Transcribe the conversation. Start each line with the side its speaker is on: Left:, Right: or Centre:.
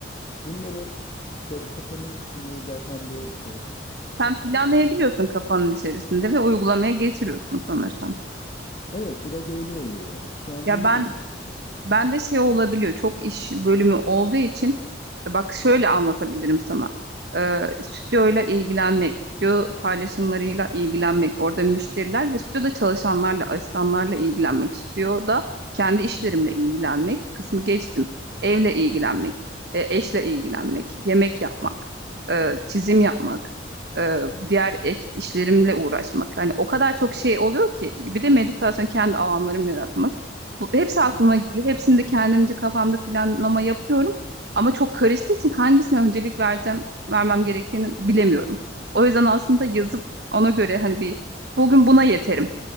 Left: Bunları böyle kafamın içinde zaten bir
Right: Sen planlayabiliyorsun
Left: e, şey.
Right: kafanın içerisinde ve uygulamaya geçiriyorsun sanırsam.
Left: Evet, biraz öyle oluyor. Şu an
Right: Ya
Left: iyi
Right: ben
Left: de gidiyor.
Right: ben de şey olabiliyor. Çok iş bölümü olduğu için e, bak şöyle anlatabilirim sana. Ee, stüdyoyla ilgilenmek, stüdyo paylaşımlarıyla ilgilenmek, orada müşteriler ve stüdyoda çalışanlarla, asistanlarla ilgilenmek, stüdyoda kendi işlerimle
Left: <laughs> Hı.
Right: ilgilenmek kısmı geçtim. Evle ilgilenmek, e, eşle ilgilenmek, yemek yapmak, e, çizim yapmak, e, diğer ek işlerimle uğraşmak. Hani o kadar çok şey oluyor ki bir de meditasyon kendi alanlarımı yaratmak. Bu, hepsi aklıma
Left: Evet.
Right: geliyor. Hepsini de kendimce kafamda planlama yapıyorum. Ama çok karıştığı için hangisine öncelik vereceğim, vermem gerektiğini bilemiyorum. O yüzden aslında yazıp ona göre hani bir bugün buna yeterim